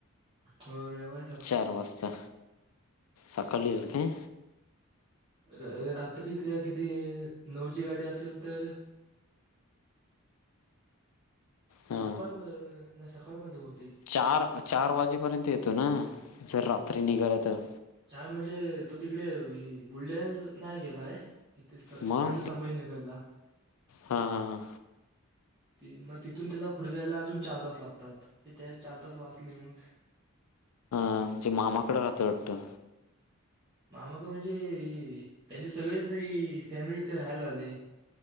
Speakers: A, on the right (about 20°); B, on the left (about 85°).
A: तोऱ्यावर.
B: चार वाजता. सकाळी ईल काय?
A: रं रात्री त्याला किती? नऊची गाडी असेल तर
B: हा
A: दुपार प नाही, सकाळपर्यंत होईल.
B: चार, चार वाजेपर्यंत येतो ना. जर रात्री निघाल तर.
A: चार म्हणजे, तो तिकडे बुलढाण्याला ना गेलाय. इथे छ
B: मग
A: छत्रपती संभाजीनगरला.
B: हा हा हा
A: ती मग तिथून त्याला पुढे जायला अजून चार तास लागतात. ते त्या चार तास वाचले मग.
B: हा, म्हजे मामाकडं राहतोय वाटतं.
A: मामा ग म्हणजे, इ इ त्यांचे सगळेच इ इ इ फॅमिली इथे राहायला आले.